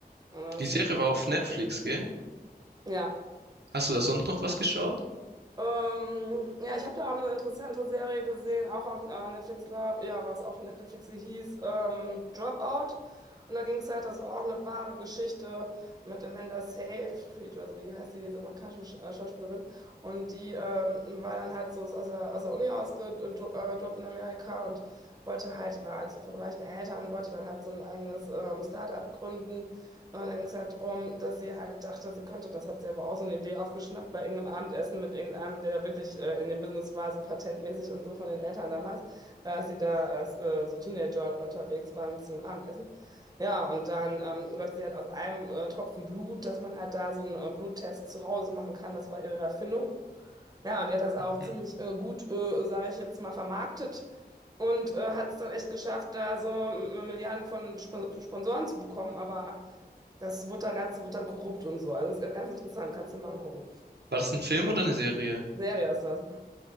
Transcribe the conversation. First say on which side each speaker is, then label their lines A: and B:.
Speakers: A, on the right; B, on the right.
A: äh,
B: Die Serie war auf Netflix, gell?
A: ja.
B: Hast du da sonst noch was geschaut?
A: Ähm, ja, ich habe da auch eine interessante Serie gesehen, auch auf äh, Netflix, glaub, ja, war es auch Netflix, sie hieß ähm, Dropout. Und da ging es halt, das war auch eine wahre Geschichte mit Amanda Seyfried oder so, wie die heißt, die, diese amerikanische Sch äh, Schauspielerin. Und die ähm, war dann halt so, ist aus der, aus der Uni ausgedroppt in Amerika und wollte halt, die war halt so von reichen Eltern, wollte dann halt so ein eigenes ähm, Start-up gründen. Und dann ging es halt darum, dass sie halt dachte, sie könnte, das hat sie aber auch so eine Idee aufgeschnappt bei irgendeinem Abendessen mit irgendeinem, der da wirklich äh, in dem Business war, so patentmäßig und so von den Eltern damals, äh, dass sie da als äh, so Teenager unterwegs waren zu einem Abendessen. Ja, und dann ähm, wollte sie halt aus einem äh, Tropfen Blut, dass man halt da so einen äh, Bluttest zu Hause machen kann, das war ihre Erfindung. Ja, und die hat das auch ziemlich
B: Hm.
A: äh, gut, äh, sage ich jetzt mal, vermarktet. Und äh, hat es dann echt geschafft, da so äh, Milliarden von Sp Sponsoren zu bekommen, aber das wird dann ganz, wird dann korrupt und so. Also das ist ganz interessant, kannst dir mal angucken.
B: War das ein Film oder eine Serie?
A: Serie ist das.